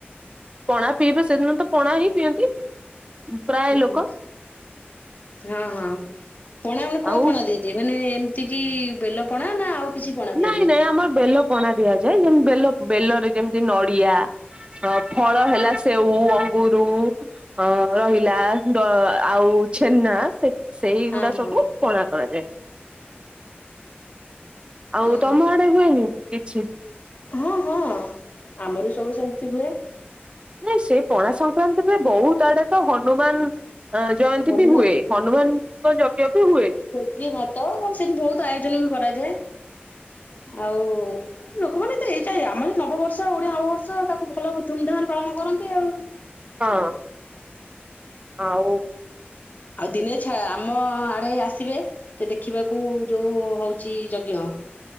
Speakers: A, on the right (about 25°); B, on the left (about 45°).
A: ପଣା ପିଇବେ ସେଦିନ ତ ପଣା ହିଁ ପିଅନ୍ତି। ପ୍ରାୟ
B: ହୁଁ
A: ଲୋକ।
B: ହୁଁ ହଁ ହଁ ପଣା ଉଣା କୋଉ
A: ଆଉ
B: ପଣା ରେ ଯେ ମାନେ ଏମିତି କିି ବେଲ ପଣା ନା ଆଉ କିଛି ପଣା ଦିଆଯାଏ?
A: ନାଇଁ ନାଇଁ ଆମର ବେଲ ପଣା ଦିଆଯାଏ ଯେମତି ବେଲ ବେଲରେ ଯେମତି ନଡିଆ ହ ଫଳ ହେଲା ସେଉ ଅଙ୍ଗରୁ ଅ ରହିଲା ଡ ଆଉ ଛେନା ସେ ସେହିଗୁଡା
B: ହଁ
A: ସବୁ
B: ହଁ
A: ପଣା କରାଯାଏ। ଆଉ
B: ଓହୋ
A: ତମ ଆଡେ ହୁଏନି କିଛି?
B: ହଁ ହଁ ଆମର ବି ସବୁ ସେମତି ହୁଏ।
A: ନାଇଁ ସେ ପଣା ସଂକ୍ରାନ୍ତିରେ ବହୁତ ଆଡେ ତ ହନୁମାନ ଅ ଜୟନ୍ତୀ
B: ହନୁମାନ
A: ବି ହୁଏ ହନୁମାନଙ୍କ ଯଜ୍ଞ ବି ହୁଏ।
B: ଘି ଭାତ କଣ ସେମିତି ବହୁତ ଆୟୋଜନ ବି କରାଯାଏ ଆଉ ଲୋକମାନେ ତ ଏଇଟା ଆମର ଏଇ ନବବର୍ଷ। ଓଡିଆ ନବବର୍ଷ ତାକୁ ଭଲ ଧୁମ୍ ଧାମ୍ ରେ ପାଳନ କରନ୍ତି ଆଉ।
A: ହଁ ଆଉ।
B: ଆଉ ଦିନେ ଛା ଆମ ଆଡେ ଆସିବେ। ତେ ଦେଖିବାକୁ ଯୋଉ ହଉଛି ଯଜ୍ଞ।